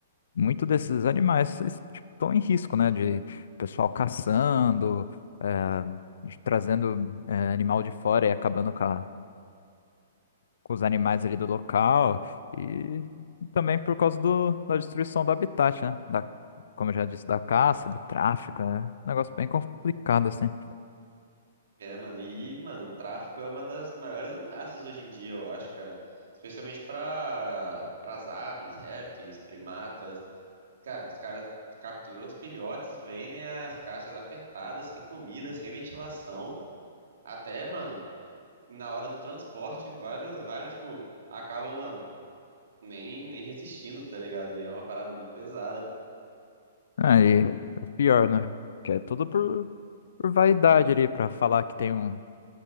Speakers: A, on the left; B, on the right.
A: muito desses animais estão em risco, né? De pessoal caçando, eh, de- trazendo eh, animal de fora e acabando com, a- com os animais ali do local. E também por causa do, da destruição do habitat, né? Da, como eu já disse, da caça, do tráfico, né? Negócio bem complicado, assim.
B: É, mano, e, mano, o tráfico é uma das maiores ameaças hoje em dia, eu acho, cara. Especialmente para as aves, répteis, primatas. Cara, os caras capturam os filhotes, vendem as caixas apertadas, sem comida, sem ventilação. Até, mano, na hora do transporte, várias, várias, tipo, acabam, mano, nem, nem resistindo, tá ligado? E é uma parada muito pesada.
A: Aí, o pior, né? Que é tudo por, por vaidade ali, pra falar que tem um.